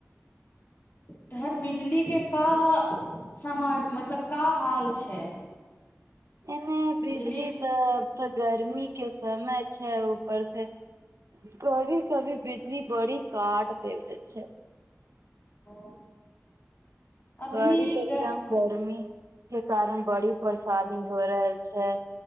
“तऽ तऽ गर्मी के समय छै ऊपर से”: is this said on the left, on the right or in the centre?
Right